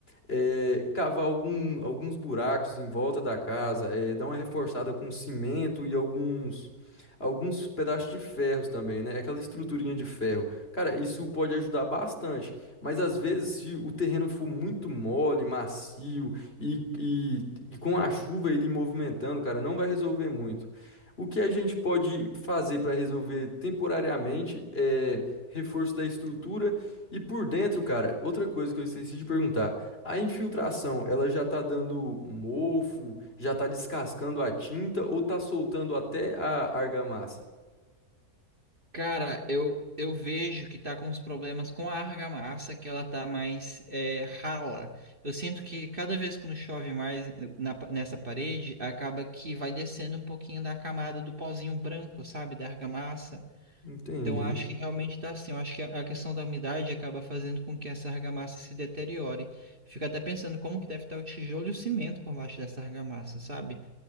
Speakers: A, on the left; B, on the right.
A: É, cavar algum- alguns buracos em volta da casa, é, dar uma reforçada com cimento e alguns, alguns pedaços de ferros também, né? Aquela estruturinha de ferro. Cara, isso pode ajudar bastante. Mas às vezes, se o terreno for muito mole, macio e, e, e com a chuva ele movimentando, cara, não vai resolver muito. O que a gente pode fazer para resolver temporariamente é reforço da estrutura e por dentro, cara, outra coisa que eu esqueci de perguntar, a infiltração, ela já tá dando mofo, já tá descascando a tinta ou tá soltando até a argamassa?
B: Cara, eu, eu vejo que tá com uns problemas com a argamassa, que ela tá mais é, rala. Eu sinto que cada vez que chove mais na pa- nessa parede, acaba que vai descendo um pouquinho da camada do pozinho branco, sabe? Da argamassa.
A: Entendi.
B: Então, eu acho que realmente está assim. Eu acho que a a questão da umidade acaba fazendo com que essa argamassa se deteriore. Fico até pensando como que deve estar o tijolo e o cimento por baixo dessa argamassa, sabe?